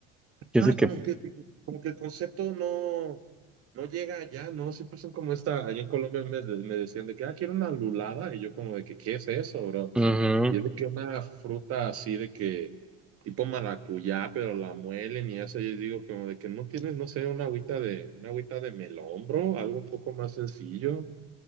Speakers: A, in the centre; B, on the right.
A: Yo
B: Ah,
A: sé que,
B: como que, como que el concepto no, no llega allá, ¿no? Siempre son como esta, allá en Colombia me, de- me decían de que, ah, quiero una lulada, y yo como de que, ¿qué es eso, bro?
A: ujú.
B: Y es de que una fruta así de que, tipo maracuyá, pero la muelen y eso, yo digo como de que no tienes, no sé, una agüita de, una agüita de melón, bro, algo un poco más sencillo,